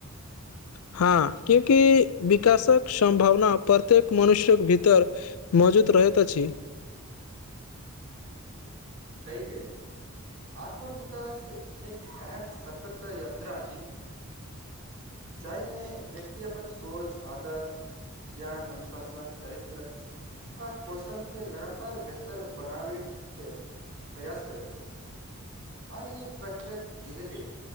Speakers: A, on the left; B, on the right.
A: हँ क्यूकि विकासक संभावना प्रत्येक मनुष्यक भीतर मौजूत रहैत अछि
B: सही कहलियै आत्मविकास एक एहन सतत यात्रा अछि जाहिमे व्यक्ति अपन सोच आदत ज्ञान अनुशासन चरित्र आ कौशलके लगातार बेहतर बनाबैके प्रयास करैत अछी आ ई प्रक्रियाक धीरे धीरे